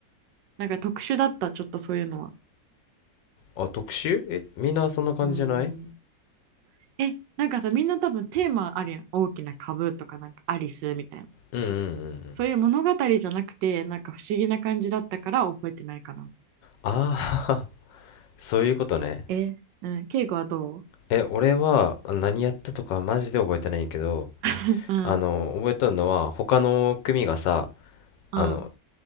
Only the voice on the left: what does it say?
あ、特集え、みんなそんな感じじゃない
うんうんうんうん。
あー、<laughs> そういうことね。
え、俺はあ何やったとかマジで覚えてないんやけど、
あの、覚えとるのは他の組がさ、
あの、